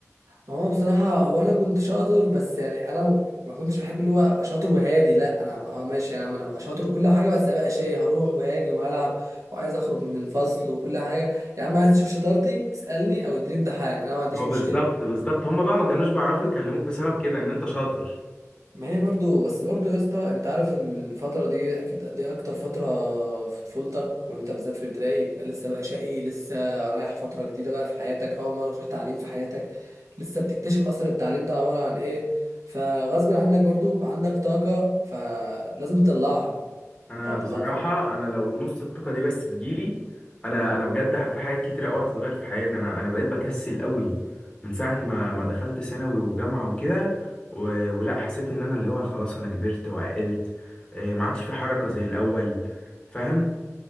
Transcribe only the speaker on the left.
هو
بالظبط بالظبط هما بقى ما كانوش بيعرفوا يكلموك بسبب كده ان انت شاطر
انا
بصراحه
انا لو نص الطاقه دي بس تجيلي انا انا بجد ح- في حاجات كتيره قوي هتتغير في حياتي انا انا بقيت بكسل قوي من ساعه ما ما دخلت ثانوي وجامعه وكده و- ولا حسيت ان انا اللي هو خلاص انا كبرت وعقلت آه، ما عادش في حركه زي الاول فاهم